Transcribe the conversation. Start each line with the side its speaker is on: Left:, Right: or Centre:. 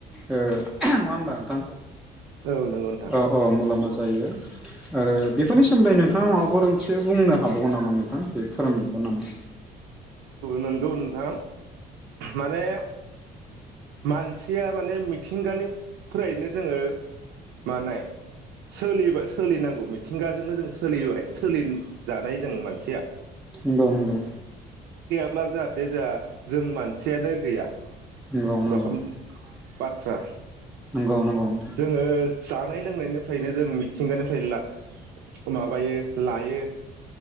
Centre: ओ नङा होमबा नोंथां?
Right: औ नोंगौ नों
Centre: औ औ मुलामफा जायो आरो बेफोरनि सोमोन्दै नोंथाङा माबाफोर से बुंनो हाबावगोन नामा नोंथां बे फोरमायबावगोन नामा?
Right: नोंगौ नों थां माने मानसिया माने मिथिंगानिफ्रायनो जोङो मानाय सोलिबा सोलिनांगौ मिथिंगाजोंनो जों सोलिबाय सोलिजानाय जों मानसिया
Centre: नंगौ नंगौ।
Right: ब्ला जाहाथे जोंहा जों मानसियानो गैया
Centre: नंगौ नंगौ
Right: रखम बाथ्रा।
Centre: नंगौ नंगौ नोंथां
Right: जोङो जानाय लोंनायनिफ्रायनो जों मिथिंगानिफ्राय ला माबायो लायो।